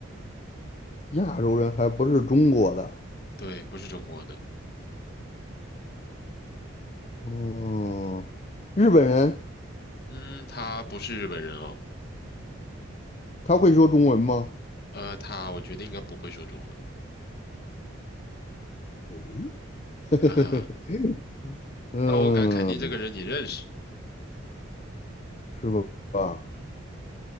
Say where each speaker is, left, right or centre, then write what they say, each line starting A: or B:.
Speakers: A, on the left; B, on the left.
A: 亚洲人还不是中国的。
B: 对，不是中国的。
A: 嗯，日本人
B: 嗯，他不是日本人哦，
A: 他会说中文吗？
B: 呃，他我觉得应该不会说中文，
A: 诶，<laughs>
B: 哈哈。
A: 嗯，
B: 那我敢肯定这个人你认识。
A: 是吧？
B: 嗯，